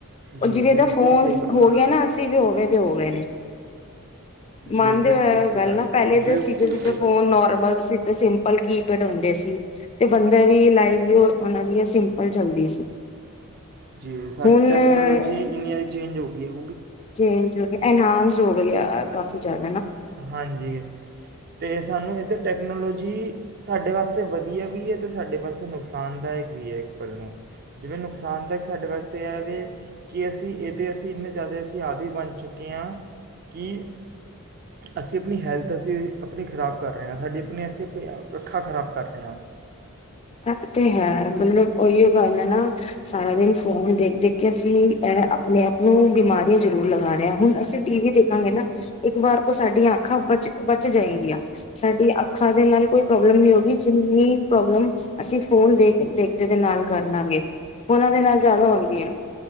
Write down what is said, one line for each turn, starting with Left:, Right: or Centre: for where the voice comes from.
Right: ਜੀ
Left: ਜਿਵੇਂ
Right: ਬਿਲਕੁਲ
Left: ਤਾਂ ਫੋਨਸ
Right: ਸਹੀ ਗੱਲ
Left: ਹੋ
Right: ਹੈ
Left: ਗਿਆ ਨਾ ਅਸੀਂ ਵੀ ਹੋਵੇ ਹੋ ਗਏ ਨੇ
Right: ਜੀ
Left: ਮੰਨਦੇ
Right: ਬਿਲਕੁਲ
Left: ਹੋ
Right: ਸਹੀ
Left: ਗੱਲ ਨਾ
Right: ਹੈ
Left: ਪਹਿਲੇ
Right: ਬਿਲਕੁਲ
Left: ਤਾਂ ਸਿੱਧੇ ਸਿੱਧੇ
Right: ਸਹੀ
Left: ਫੋਨ
Right: ਗੱਲ
Left: ਨੋਰਮਲ ਸਿੱਧੇ ਸਿੰਪਲ ਕੀ ਟਾਉਦੇ ਸੀ ਤੇ ਬੰਦਾ ਵੀ ਲਾਈਫ ਵੀ ਉਹਨਾ ਦੀ ਸਿੰਪਲ ਚੱਲਦੀ ਸੀ
Right: ਜੀ ਸਾਡੀ
Left: ਹੁਣ
Right: ਟੈਕਨੋਲੋਜੀ ਇਨੀ ਆ ਜ ਚੇਂਜ ਹੋ ਗਗੀ ਹੈੋ
Left: ਚੇਂਜ ਹੋ ਗਿਆ ਐਨਹਾਂਸ ਹੋ ਗਈ ਕਾੀਿਆਦਾ
Right: ਹਾਂਜੀ ਤੇ ਸਾਨੂੰ ਇਏਧਰ ਟੈਕਨੋਲੋਜੀ ਘੀ ਸਾਡੇ ਵਾਸਤੇ ਵਧੀਆ ਵੀ ਹੈ ਅਤੇ ਸਾਡੇ ਵਾਸਤੇ ਨੁਕਸਾਨਦਾਇਕ ਵੀ ਹੈ ਇਕ ਤਰਹ। ਜਿਵੇਂ ਨੁਕਸਾਨਦਾਇਕ ਸਾਡੇ ਵਾਸਤੇ ਇਹਵੇ ਕਿ ਅਸੀਂ ਇਹਦੇ ਅਸੀਂ ਇੰਨੇ ਜ਼ਿਆਦਾ ਆਦਿ ਬਣ ਚੁੱਕੇ ਹਾਂ ਕਿ ਅਸੀਂ ਆਪਣੀ ਹੈਲਥ ਅਸੀਂ ਆਪਣੀ ਖ਼ਰਾਬ ਕਰ ਰਹੇ ਹਾਂ। ਸਾਡੀ ਆਪਣੀ ਅਸੀਂ ਪ ਅੱਖਾ ਖ਼ਰਾਬ ਕਰ ਰਹੇ ਹਾਂ।
Left: ਇਹ ਤੇ ਹੈ ਮਤਲਬ ਉਹੀਓ ਗੱਲ ਹੈ ਨਾ ਸਾਰਾ ਦਿਨ ਫੋਨ ਦੇਖ ਦੇਖ ਕੇ ਅਸੀਂ ਇਹ ਆਪਣੇ ਆਪ ਨੂੰ ਬਿਮਾਰੀਆਂ ਜ਼ਰੂਰ ਲਗਾ ਰਹਾ। ਹੁਣ ਅਸੀਂ ਟੀ ਵੀ ਦੇਖਾਂਗੇ ਨਾ ਇੱਕ ਵਾਰ ਉਹ ਸਾਡੀਆਂ ਅੱਖਾਂ ਬਚ ਬਚ ਜਾਏਗੀਆਂ ਸਾਡੀ ਅੱਖਾਂ ਦੇ ਨਾਲ ਕੋਈ ਪ੍ਰੋਬਲਮ ਨ ਹੋਗੀ। ਜਿੰਨੀ ਪ੍ਰੋਬਲਮ ਅਸੀਂ ਫੋਨ ਦੇਖ ਦੇਖਦੇ ਦੇ ਨਾਲ ਕਰ ਲਾਂਗੇ ਉਹਨਾਂ ਦੇ ਨਾਲ ਜ਼ਿਆਦਾ ਹਉਦੀ ਹੈ।